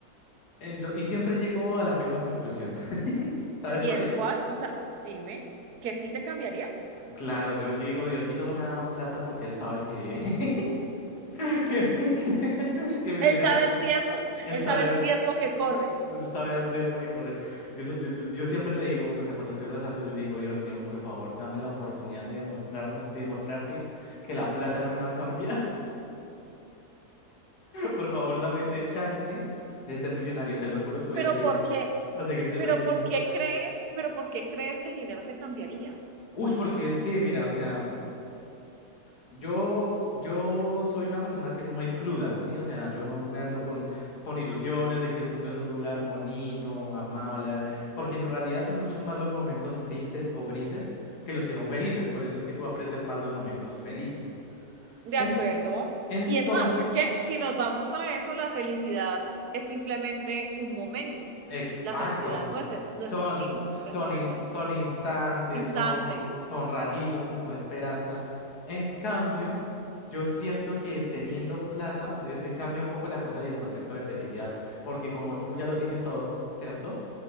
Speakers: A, on the left (about 85°); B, on the right (about 80°).
A: Ento- y siempre llego a la misma conclusión. <laughs> ¿Sabes
B: ¿Y
A: cuál
B: es
A: es?
B: cuál? O sea, dime, que sí te cambiaría.
A: Claro, yo digo, Diosito no me ha dado plata porque él sabe que <laughs> que, <laughs> que, que me
B: Él
A: viera,
B: sabe el riesgo,
A: él
B: él
A: sabe,
B: sabe el riesgo que corre.
A: él sabe al riesgo que corre. Yo, so- yo, yo, yo siempre le digo, o sea, cuando estoy rezando, yo le digo, Dios mío, por favor, dame la oportunidad de demostrarme, demostrarte que la plata no me va a cambiar. <laughs> Por favor, dame ese chance de ser millonario. Te lo juro que voy
B: Pero
A: a seguir,
B: ¿por qué?
A: a seguir siendo
B: Pero
A: el mismo.
B: ¿por qué crees? Pero ¿por qué crees que el dinero te cambiaría?
A: Uy, porque es que, mira, o sea. Yo, yo soy una persona que es muy cruda, ¿sí? O sea, yo no me ando con, con ilusiones de que el mundo es un lugar bonito, amable, a- porque en realidad son muchos más los momentos tristes o grises que los que son felices, por eso es que tú aprecias más los momentos felices.
B: De
A: En-
B: acuerdo.
A: entonces,
B: Y es más, es que si nos vamos a eso, la felicidad es simplemente un momento.
A: Exacto.
B: La felicidad no es, es- no
A: Son,
B: es continua,
A: s- son,
B: ¿de acuerdo?
A: ins- son instantes,
B: Instantes.
A: son, son rayitos como de esperanza. En cambio, yo siento que teniendo plata eh, eh, cambia un poco la cosa y el concepto de felicidad, porque como tú ya lo tienes todo, ¿cierto?